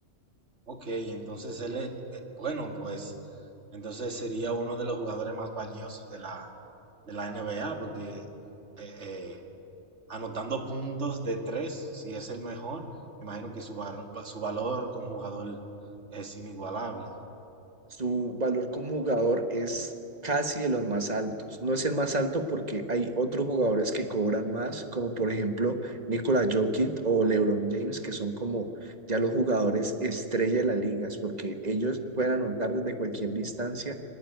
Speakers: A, on the right (about 65°); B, on the right (about 35°).
A: Ok, entonces él es, eh, bueno, pues entonces sería uno de los jugadores más valiosos de la, de la NBA, porque eh, eh, anotando puntos de tres, si es el mejor, me imagino que su, varo- va- su valor como jugador es inigualable.
B: Su valor como jugador es casi de los más altos. No es el más alto porque hay otros jugadores que cobran más, como por ejemplo Nikola Jokic o LeBron James, que son como ya los jugadores estrella de las ligas, porque ellos pueden anotar desde cualquier distancia